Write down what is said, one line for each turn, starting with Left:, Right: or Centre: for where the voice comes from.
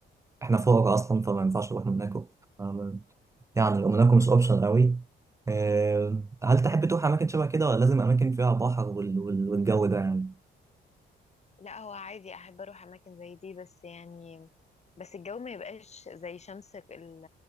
Right: إحنا فقراء أصلا فما ينفعش نروح موناكو آه، يعني موناكو مش أوبشن قوي آه، هل تحب تروح أماكن شبه كده ولا لازم أماكن فيها بحر وال- وال- والجو ده يعني؟
Left: لا هو عادي احب اروح اماكن زي دي بس يعني بس الجو ما يبقاش زي شمس ال-